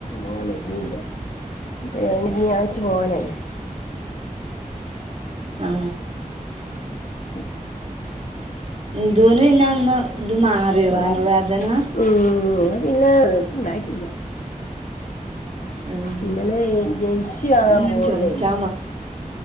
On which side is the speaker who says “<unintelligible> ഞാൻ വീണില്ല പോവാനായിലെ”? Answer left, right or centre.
Left